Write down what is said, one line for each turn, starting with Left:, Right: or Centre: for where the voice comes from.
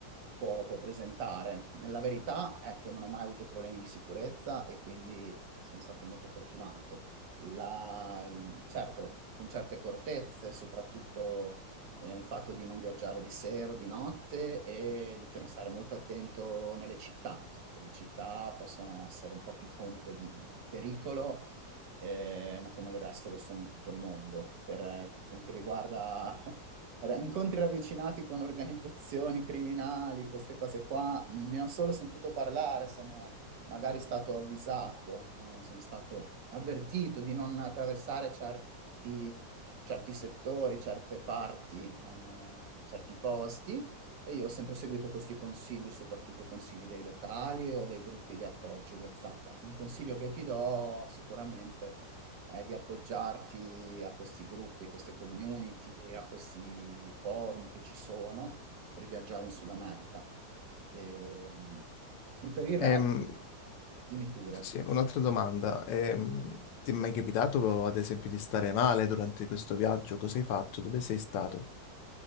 Right: può- può presentare. La verità è che non ho mai avuto problemi di sicurezza e quindi eh, sono stato molto fortunato. La- certo, con certe accortezze, soprattutto eh, il fatto di non viaggiare di sera o di notte e di te- stare molto attento nelle città. Ecco, le città possono essere un po' più fonte di, di- di pericolo, eh, ma come del resto lo sono in tutto il mondo. Per eh, quanto riguarda <laughs> incontri ravvicinati con organizzazioni criminali, queste cose qua, ne ho solo sentito parlare, sono magari stato avvisato, eh, sono stato avvertito di non attraversare certi certi settori, certe parti, eh, certi posti e io ho sempre seguito questi consigli, soprattutto consigli dei locali o dei gruppi di appoggio WhatsApp. Ecco, Un consiglio che ti do sicuramente è di appoggiarti a questi gruppi, a queste community, a questi forum che ci sono per viaggiare in Sud America. E, e per il resto,
Left: Ehm,
Right: dimmi pure.
Left: Sì, un'altra domanda. Ehm, ti è mai capitato, ad esempio, di stare male durante questo viaggio? Cosa hai fatto? Dove sei stato?